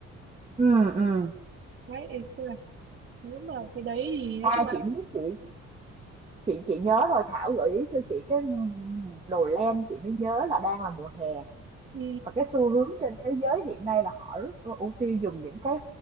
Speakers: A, on the right; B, on the right.
A: ừ ừ
B: đấy ý là nếu mà cái đấy thì nói
A: À,
B: chung là
A: chị biết chị chị chị nhớ rồi, Thảo gợi ý cho chị cái đồ len chị mới nhớ là đang là mùa hè
B: ừ,
A: và cái xu hướng trên thế giới hiện nay là họ rất ưu tiên dùng những cái